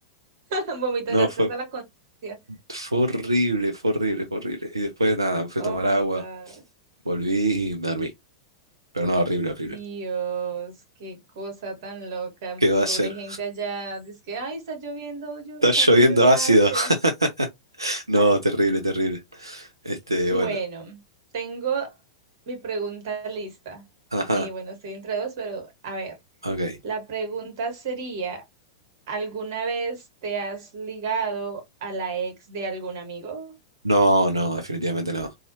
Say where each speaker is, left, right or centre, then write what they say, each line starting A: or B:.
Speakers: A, on the right (about 50°); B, on the right (about 80°).
A: <laughs> Vomitaste
B: No, fue,
A: hasta la conciencia.
B: fue horrible, fue horrible, fue horrible. Y después nada, me fui
A: Oh
B: a tomar
A: my
B: agua,
A: God.
B: volví y me dormí. Pero no, horrible, horrible.
A: Dios, qué cosa tan loca.
B: ¿Qué
A: Pobre
B: va a hacer?
A: gente allá. Dice que, ay, está lloviendo, llu-
B: Está
A: está
B: lloviendo
A: con lluvia
B: ácido.
A: ácida.
B: <laughs> No,
A: Ah,
B: terrible, terrible. Este,
A: Bueno,
B: bueno.
A: tengo mi pregunta lista.
B: Ajá,
A: Eh, bueno, estoy entre dos, pero a ver,
B: ok.
A: la pregunta sería, ¿alguna vez te has ligado a la ex de algún amigo?
B: No, no, definitivamente no.